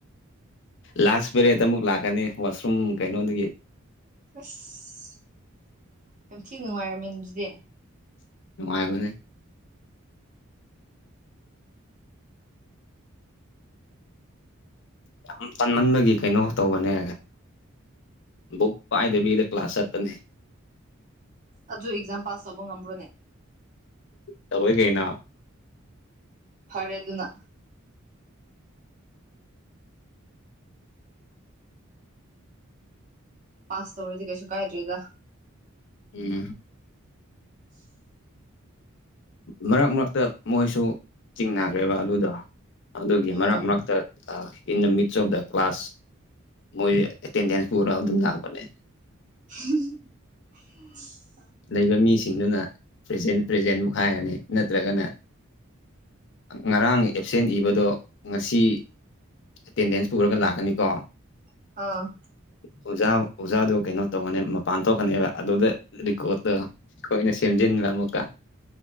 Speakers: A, on the left; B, on the right.
A: ꯂꯥꯁ ꯄꯦꯔꯦꯠ ꯑꯃꯨꯛ ꯂꯥꯛꯀꯅꯤ ꯋꯥꯁꯔꯨꯝ ꯀꯩꯅꯣꯗꯒꯤ
B: ꯑꯁ ꯌꯥꯝ ꯊꯤ ꯅꯨꯡꯉꯥꯏꯔꯝꯃꯦ ꯗꯨꯗꯤ
A: ꯅꯨꯡꯉꯥꯏꯕꯅꯦ ꯌꯥꯝ ꯇꯟꯃꯟꯕꯒꯤ ꯀꯩꯅꯣ ꯇꯧꯕꯅꯦ ꯕꯨꯛ ꯄꯥꯏꯗꯕꯤꯗ ꯀ꯭ꯂꯥꯁ ꯆꯠꯄꯅꯦ
B: ꯑꯗꯨ ꯑꯦꯛꯖꯥꯝ ꯄꯥꯁ ꯇꯧꯕ ꯉꯝꯕ꯭ꯔꯣꯅꯦ
A: ꯇꯧꯋꯦ ꯀꯩꯅꯣ
B: ꯐꯔꯦ ꯗꯨꯅ ꯄꯥꯁ ꯇꯧꯔꯗꯤ ꯀꯩꯁꯨ ꯀꯥꯏꯗ꯭ꯔꯦꯗ
A: ꯎꯝ
B: <inaudible>
A: ꯃꯔꯛ ꯃꯔꯛꯇ ꯃꯣꯏꯁꯨ ꯆꯤꯡꯅꯒ꯭ꯔꯦꯕ ꯑꯗꯨꯗꯣ ꯑꯗꯨꯒꯤ
B: ꯎꯝ
A: ꯃꯔꯛ ꯃꯔꯛꯇ ꯑꯥ in the midst of the class ꯃꯣꯏ ꯑꯦꯇꯦꯟꯗꯦꯟꯁ ꯄꯨꯔ ꯑꯗꯨꯝ ꯂꯥꯛꯄꯅꯦ
B: <unintelligible>
A: ꯂꯩꯕ ꯃꯤꯁꯤꯡꯗꯨꯅ ꯄ꯭ꯔꯖꯦꯟ ꯄ꯭ꯔꯖꯦꯟꯃꯨꯛ ꯍꯥꯏꯔꯅꯤ ꯅꯠꯇ꯭ꯔꯒꯅ ꯉꯔꯥꯡ ꯑꯦꯞꯁꯦꯟ ꯏꯕꯗꯣ ꯉꯁꯤ ꯑꯦꯇꯦꯟꯗꯦꯟꯁ ꯄꯨꯔꯒ ꯂꯥꯛꯀꯅꯤꯀꯣ
B: <unintelligible>
A: ꯑꯣꯖꯥ ꯑꯣꯖꯥꯗꯣ ꯀꯩꯅꯣ ꯇꯧꯒꯅꯦ ꯃꯄꯥꯟ ꯊꯣꯛꯀꯅꯦꯕ ꯑꯗꯨꯗ ꯀꯣꯠꯇꯣ ꯈꯣꯏꯅ ꯁꯦꯝꯖꯤꯟꯕ ꯑꯃꯨꯛꯀ